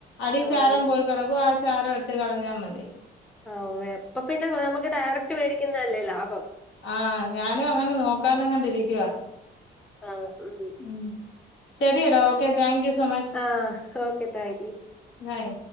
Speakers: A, on the left; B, in the centre.
A: അടി
B: ആ
A: ചാരം
B: ആണ്
A: പോയി കെടക്കും ആ ചാരം എടുത്ത് കളഞ്ഞാ മതി
B: ആവേ അപ്പൊ പിന്നെ നമുക്ക് ഡയറക്റ്റ് മേടിക്കുന്നതല്ലേ ലാഭം
A: ആ ഞാനും അങ്ങനെ നോക്കാനങ്ങണ്ടിരിക്കുവാ
B: ആഹ് ഉം
A: ഉം ശരിയെടാ okay thank you so much
B: ah okay thank you
A: hi